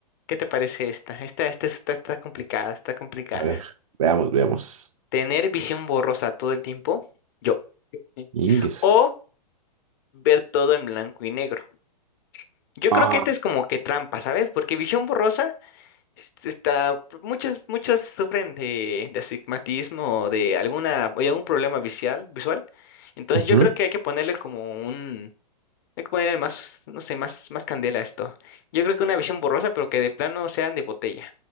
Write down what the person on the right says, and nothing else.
A ver, veamos, veamos.
Ingueso.
Ah,
ujú,